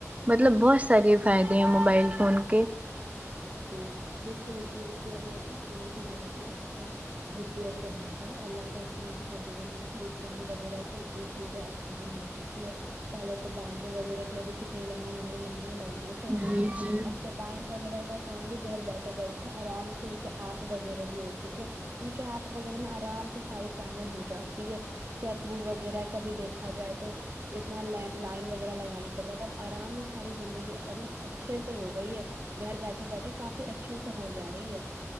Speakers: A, on the right (about 25°); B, on the right (about 45°).
A: مطلب بہت سارے فائدے ہیں موبائل فون کے
B: <unintelligible> یوگ کرنے کا ہے اللہ کا اتنا اچھا دل ہے کہ فون وغیرہ سے چیز آسان ہو چکی ہے پہلے تو بینکوں وغیرہ کے لیے بھی کتنی لمبی لمبی لائن لگانے پڑتی
A: جی
B: تھی
A: جی
B: اب تو بینک وغیرہ کا کام بھی گھر بیٹھے بیٹھے آرام سے ان کے ایپ وغیرہ بھی ہو چکے ان کے ایپ وغیرہ میں آرام سے ساری کامیں ہو جاتی ہے چیک بک وغیرہ کا بھی دیکھا جائے تو اتنا ل لائن وغیرہ لگانا پڑتا ہے تب آرام سے ساری زندگی ایکم اچھے سے ہو گئی ہے گھر بیٹھے بیٹھے کافی اچھے سے ہو جا رہی ہے